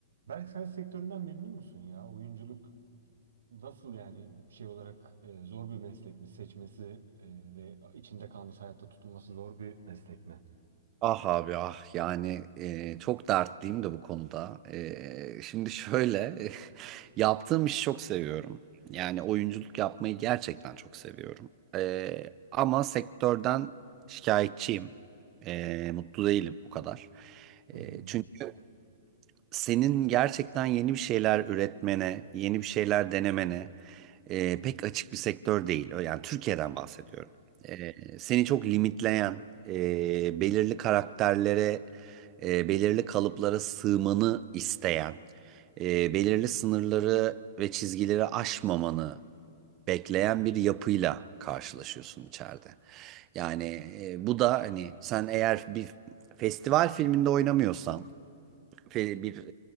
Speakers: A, on the right (about 70°); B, on the right (about 35°).
A: Berk sen sektöründen memnun musun ya? Oyunculuk nasıl yani şey olarak e, zor bir meslek mi? Seçmesi e, ve içinde kalması, hayatta tutunması zor bir meslek mi?
B: Ah abi ah yani e, çok dertliyim de bu konuda. E, şimdi şöyle <laughs> yaptığım işi çok seviyorum. Yani oyunculuk yapmayı gerçekten çok seviyorum. E, ama sektörden şikayetçiyim. E, mutlu değilim o kadar. E,
A: Hı hı.
B: çünkü senin gerçekten yeni bir şeyler üretmene, yeni bir şeyler denemene e, pek açık bir sektör değil. Yani Türkiye'den bahsediyorum. E, seni çok limitleyen, e, belirli karakterlere, e, belirli kalıplara sığmanı isteyen, e, belirli sınırları ve çizgileri aşmamanı bekleyen bir yapıyla karşılaşıyorsun içeride. Yani e, bu da hani sen eğer bir festival filminde oynamıyorsan fe- bir